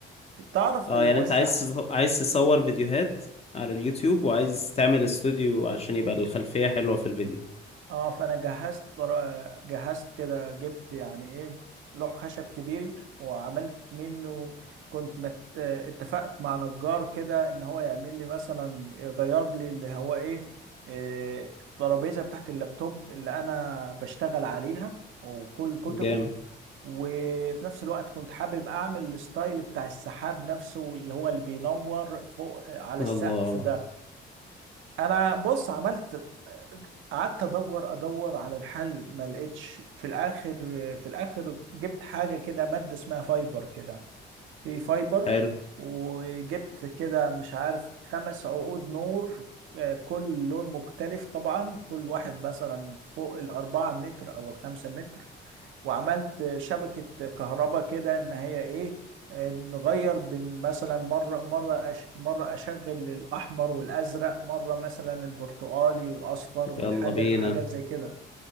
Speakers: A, on the right (about 80°); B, on the left (about 30°).
A: تعرف
B: اه
A: اللي
B: يعني
A: هو
B: انت
A: الساعة
B: عايز تز- عايز تصور فيديوهات على اليوتيوب وعايز تعمل استوديو عشان يبقى الخلفية حلوة في الفيديو
A: اه فانا جهزت طر- جهزت كده جبت يعني ايه لوح خشب كبير وعملت منه كنت مت... اتفقت مع نجار كده ان هو يعمل لي مثلا يغير لي اللي هو ايه إيه، الترابيزه بتاعت اللابتوب اللي انا بشتغل عليها وكل كتبي
B: جامد
A: وفي نفس الوقت كنت حابب اعمل الستايل بتاع السحاب نفسه اللي هو اللي بينور فوق على
B: الله
A: السقف ده انا بص عملت قعدت ادور ادور على الحل ما لقيتش في الاخر في الاخر جبت حاجه كده ماده اسمها فايبر كده في فايبر
B: حلو
A: وجبت كده مش عارف خمس عقود نور آه، كل لون مختلف طبعا كل واحد مثلا فوق الأربعة متر أو الخمسة متر وعملت شبكة كهرباء كده ان هي ايه آه، نغير بين مثلا مرة مرة أش مرة اشغل الاحمر والازرق مرة مثلا البرتقالي والاصفر والحاجة
B: يلا بينا
A: حاجات زي كده